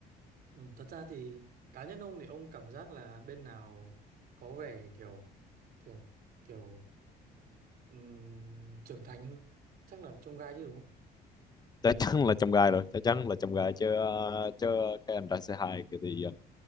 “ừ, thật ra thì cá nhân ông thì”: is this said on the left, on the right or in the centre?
Right